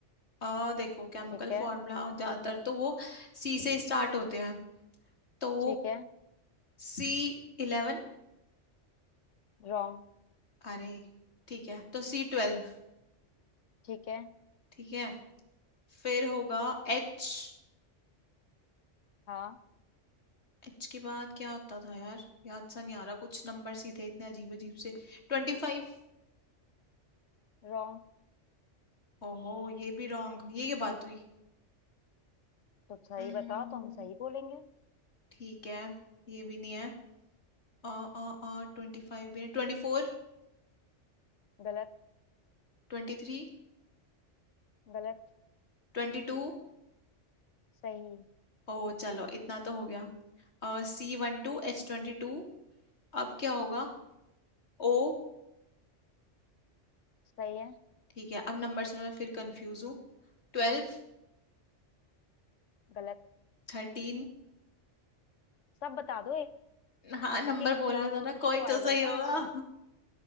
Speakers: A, on the left; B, on the left.
A: अ देखो केमिकल
B: ठीक है
A: फॉर्मूला ज्यादातर तो वो सी से स्टार्ट होते हैं तो
B: ठीक है
A: सी इलेवन
B: रॉन्ग
A: अरे ठीक है तो सी ट्वेल्व
B: ठीक है
A: ठीक है फिर होगा एच
B: हाँ
A: एच के बाद क्या होता था यार याद सा नहीं आ रहा कुछ नंबर ही थे इतने अजीब अजीब से Twenty five
B: रॉन्ग
A: ओहो ये भी रॉन्ग ये क्या बात हुई
B: तो सही
A: हम्म,
B: बताओ तो हम सही बोलेंगे
A: ठीक है ये भी नहीं है अ अ अ ट्वेंटी फाइव भी नहीं twenty four
B: गलत
A: Twenty three
B: गलत
A: Twenty two
B: सही
A: O चलो इतना तो हो गया C one two H twenty two अब क्या होगा ओ
B: सही है
A: ठीक है अब नंबर्स में मैं फिर कंफ्यूज हूँ ट्वेल्व
B: गलत
A: थर्टीन
B: सब बता दो एक
A: हाँ नंबर
B: एक
A: बोलने
B: क्या होगा
A: दो ना
B: कुछ
A: कोई
B: तो आएगा
A: तो सही
B: ही
A: होगा
B: ना आ- आ-